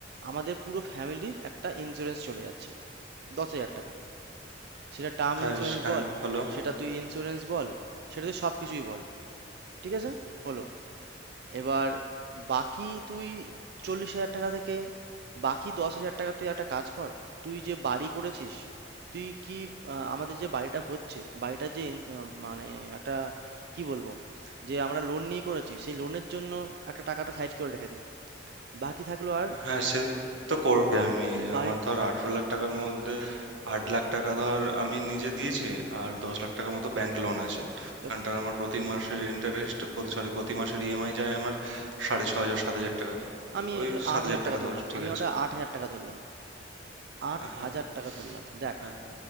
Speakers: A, on the right; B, on the right.
A: আমাদের পুরো ফ্যামিলির একটা ইন্স্যুরেন্স চলে যাচ্ছে দশ হাজার টাকা সেটা টার্ম
B: হ্যাঁ,
A: ইন্স্যুরেন্স
B: হ্যাঁ,
A: বল
B: হলো।
A: সেটা তুই ইন্স্যুরেন্স বল সেটা তুই সব কিছুই বল ঠিক আছে হলো এবার বাকি তুই চল্লিশ হাজার টাকা থেকে বাকি দশ হাজার টাকা তুই একটা কাজ কর তুই যে বাড়ি করেছিস তুই কি আহ, আমাদের যে বাড়িটা হচ্ছে বাড়িটা যে ইন- আহ, মানে একটা কি বলবো যে আমরা লোন নিয়ে করেছি সেই লোনের জন্য একটা টাকাটা সাইড করে রেখে দে বাকি থাকলো আর
B: হ্যাঁ সে তো করবে আমি
A: বাড়ি
B: আমার ধর 18 লাখ টাকার মধ্যে 8 লাখ টাকা ধর আমি নিজে দিয়েছি আর 10 লাখ টাকা মতো ব্যাংক লোন আছে
A: তো
B: ওখানটার আমার প্রতি মাসের ইন্টারেস্ট প্রতি সরি প্রতি মাসের ইএমআই যায় আমার সাড়ে ছ হাজার সাত হাজার টাকা
A: আমি
B: ওই
A: ওটা
B: সাত
A: আট
B: হাজার
A: হাজার টাকা
B: টাকা
A: ধরলাম
B: ধর ঠিক
A: আমি
B: আছে
A: ওটা আট হাজার টাকা ধরলাম আট
B: হ্যাঁ
A: হাজার টাকা ধরলাম দেখ
B: হ্যাঁ